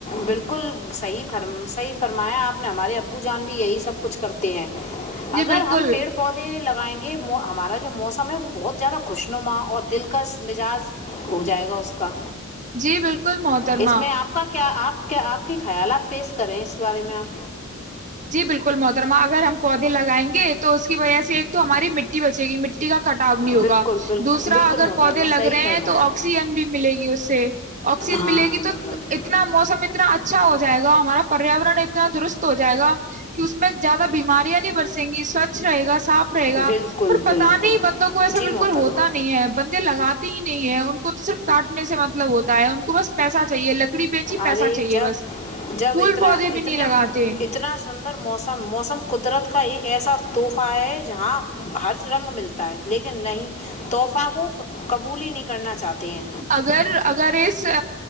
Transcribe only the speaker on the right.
جی
بالکل
جی بالکل محترما
جی بالکل محترما اگر ہم پودے لگائیں گے تو اس کی وجہ سے ایک تو ہماری مٹی بچے گی مٹی کا کٹاؤ نہیں ہوگا
دوسرا
اگر
پودے لگ
رہے
ہیں تو آکسیجن بھی ملے گی اس سے آکسیجن
ملے
گی تو
اتنا موسم اتنا اچھا اچھا ہو جائے گ ہمارا پریاورن اتنا درست ہو جائے گا کہ اس میں زیادہ بیماری نہیں برسیں گی سوچھ رہے گا صاف رہے گا
پر پتا
نہیں بندوں کو ایسا
بالکل
ہوتا نہیں ہے بندے لگاتے ہی نہیں ہے ان کو تو صرف کاٹنے سے مطلب ہوتا ہے ان کو بس پیسہ چاہیے لگ لکڑی بیچی پیسہ
چاہیے
بس
پھول
پودے بھی
نہیں لگاتے
اگر اگر اس